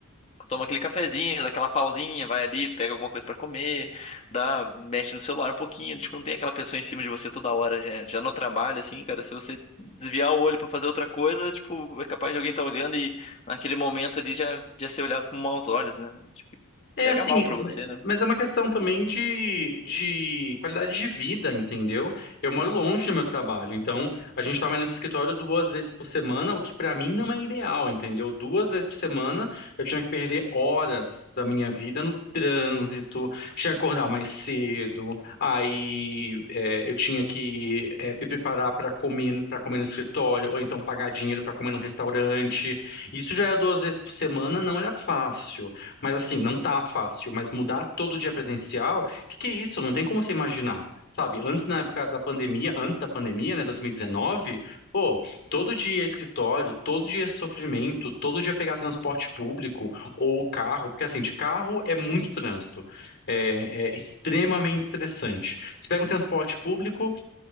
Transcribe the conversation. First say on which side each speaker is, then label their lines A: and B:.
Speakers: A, on the left; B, on the left.
A: Toma aquele cafezinho, dá aquela pausinha, vai ali, pega alguma coisa pra comer, dá, mexe no celular um pouquinho, tipo, não tem aquela pessoa em cima de você toda hora, já, já no trabalho, assim, cara, se você desviar o olho pra fazer outra coisa, tipo, é capaz de alguém estar olhando e naquele momento ali já, já ser olhado com maus olhos, né? Tipo,
B: É
A: pega
B: assim,
A: mal pra
B: é, ma-
A: você, né?
B: mas é uma questão também de, de qualidade de vida, entendeu? Eu moro longe do meu trabalho, então a gente estava indo pro escritório duas vezes por semana, o que para mim não é ideal, entendeu? Duas vezes por semana eu tinha que perder horas da minha vida no trânsito, tinha que acordar mais cedo, aí é, eu tinha que é, me preparar para comer, para comer no escritório, ou então pagar dinheiro para comer no restaurante. Isso já era duas vezes por semana, não era fácil. Mas assim, não tá fácil, mas mudar todo dia presencial, que que é isso? Não tem como você imaginar. Sabe, antes na época da pandemia, antes da pandemia, né, 2019, pô, todo dia é escritório, todo dia é sofrimento, todo dia é pegar transporte público ou carro, porque assim, de carro é muito trânsito, é, é extremamente estressante. Você pega um transporte público,